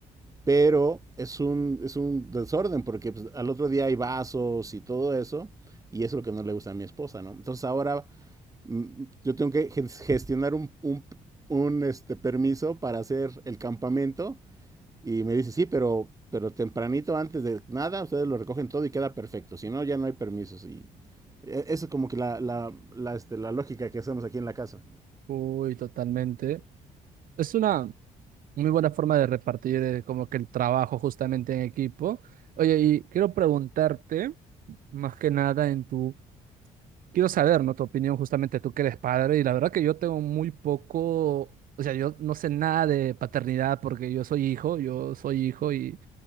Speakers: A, on the right (about 20°); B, on the right (about 70°).
A: Pero es un, es un desorden porque pues, al otro día hay vasos y todo eso. Y eso es lo que no le gusta a mi esposa, ¿no? Entonces ahora mm, yo tengo que gestionar un, un, un este, permiso para hacer el campamento y me dice, sí, pero, pero tempranito antes de nada, ustedes lo recogen todo y queda perfecto. Si no, ya no hay permisos. Y e- eso es como que la, la, la, este, la lógica que hacemos aquí en la casa.
B: Uy, totalmente. Es una muy buena forma de repartir eh, como que el trabajo justamente en equipo. Oye, y quiero preguntarte, más que nada en tu, quiero saber, ¿no? Tu opinión justamente, tú que eres padre, y la verdad que yo tengo muy poco, o sea, yo no sé nada de paternidad porque yo soy hijo, yo soy hijo y.